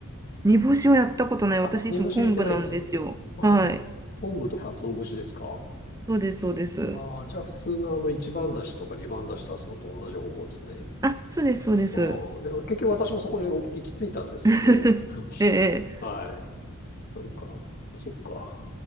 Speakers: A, on the right (about 15°); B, on the left (about 45°).
A: 煮干しをやったことない。
B: あ、
A: 私、
B: 煮干し入れてないんですね。
A: いつも昆布なんですよ。
B: ああ、
A: はい。
B: 昆布と鰹節ですか
A: そうです、そうです。
B: ああ、じゃあ普通のあの一番だしとか二番だし足すのと同じ方法ですね。
A: あ、そうです、そうです。
B: ああ、で、結局私もそこに行き着いたんですけど、
A: <laughs>
B: <laughs>
A: ええ、ええ。
B: はい。なんか、そっか。